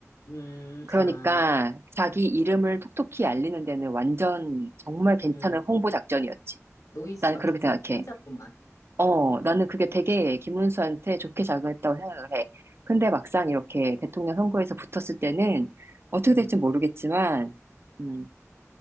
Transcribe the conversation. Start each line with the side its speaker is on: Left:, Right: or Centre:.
Left: 음,
Right: 그러니까
Left: 아,
Right: 자기 이름을 톡톡히 알리는 데는 완전 정말 괜찮은
Left: 응.
Right: 홍보 작전이었지.
Left: 노이즈
Right: 나는
Left: 마케팅
Right: 그렇게 생각해.
Left: 혼자로만.
Right: 어,
Left: 어,
Right: 나는 그게 되게 김문수한테 좋게 작용했다고 생각을 해. 근데 막상 이렇게 대통령 선거에서 붙었을 때는 어떻게
Left: 응.
Right: 될지 모르겠지만, 음,